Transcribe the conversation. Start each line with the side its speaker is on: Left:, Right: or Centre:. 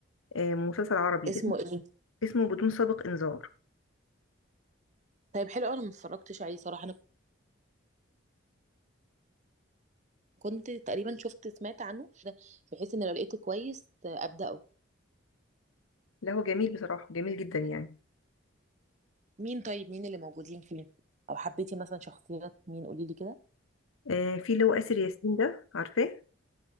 Left: آم، مسلسل عربي
Right: اسمه
Left: اسمه
Right: ايه؟
Left: اسمه بدون سابق انذار
Right: طيب حلو أوي، انا ما اتفرجتش عليه صراحة انا كنت تقريبا شفت سمعت عنه بحيث ان لو لقيته كويس آه، ابدأه
Left: لا هو جميل بصراحه جميل جدا يعني
Right: مين طيب مين اللي موجودين فيه؟ او حبيتي مثلا شخصيات مين قولي لي كده؟
Left: آه، في اللي هو آسر ياسين ده عارفاه